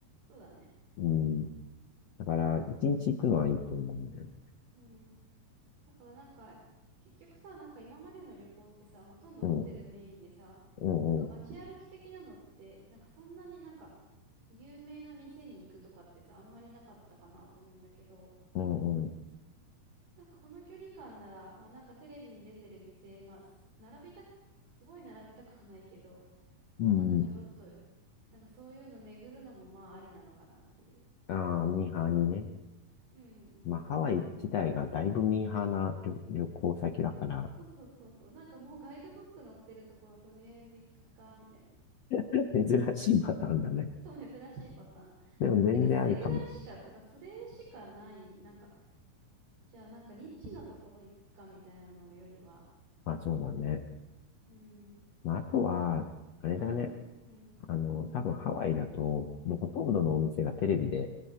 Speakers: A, on the right (about 80°); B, on the left (about 70°).
A: そうだね。
B: うん。だから、一日行くのはいいと思うんだよね。
A: うん。だからなんか、結局さ、なんか今までの旅行ってさ、ほとんどホテルメインでさ、
B: うん、うん、
A: なんか街歩き的なのって、
B: うん。
A: なんかそんなになんか有名な店に行くとかってさ、あんまりなかったかなと思うんだけど、
B: うんうん。
A: なんかこの距離感なら、まあなんかテレビに出てる店、まあす並びたく、すごい並びたくはないけど、
B: うん。
A: まあなんかちょろっと、なんかそういうの巡るのもまあありなのかなっていう。
B: ああ、ミーハーにね。
A: うんうん。
B: まあ、ハワイ自体がだいぶミーハーな旅、旅行先だから、
A: そうそうそうそう。なんかもうガイドブック載ってるところとりあえず行くか、みたいな。
B: <laughs> 珍しいパターンだね。
A: そう、珍しいパターン。
B: でも全然ありかも。
A: てか、それぐらいしか、てか、それしかない、なんか、じゃあ、なんか、ニッチなところ行くかみたいなのよりは、
B: まあ、そうだね。
A: うん。
B: まあ、あとは、あれだね。
A: まあ、あとそ、うん。
B: あの、多分ハワイだと、もうほとんどのお店がテレビで